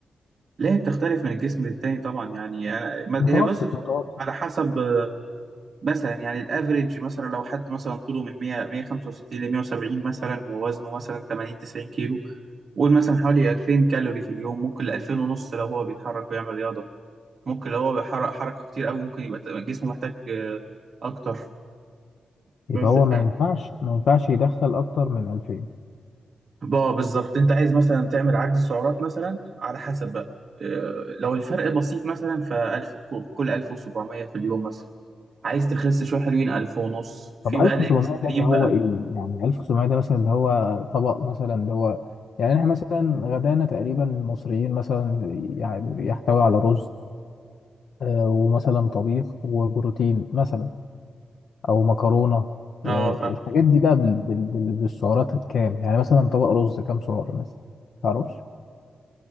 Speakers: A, on the right; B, on the left.
A: لا هي بتختلف من الجسم للتاني طبعا يعني يعني- ما-
B: متوسط
A: هي بص
B: متوسط
A: على حسب آه، مثلا يعني الافريج مثلا لو حد مثلا طوله من 100 165 ل 170 مثلا ووزنه مثلا 80 90 كيلو قول مثلا حوالي 2000 كالوري في اليوم ممكن ل 2000 ونص لو هو بيتحرك ويعمل رياضه ممكن لو هو بيحرق حركه كتير قوي ممكن يبقى ت- جسمه محتاج آه، اكتر بس
B: يبقى هو
A: ف
B: ما ينفعش ما ينفعش يدخل اكتر من 2000
A: اه بالظبط انت عايز مثلا تعمل عجز سعرات مثلا على حسب بقى آه، لو الفرق بسيط مثلا ف 1000 كل 1700 في اليوم مثلا عايز تخس شويه حلوين 1000 ونص في
B: طب
A: بقى
B: 1700
A: الاكستريم
B: ده اللي هو
A: بقى
B: ايه يعني 1700 ده مثلا اللي هو طبق مثلا اللي هو يعني احنا مثلا غدانا تقريبا المصريين مثلا يعني يحتوي على رز آه، ومثلا طبيخ وبروتين مثلا او مكرونة والحاجات
A: اه فاهم
B: دي بقى بال- بال- بال- بالسعرات الكام يعني مثلا طبق رز كام سعر مثلا متعرفش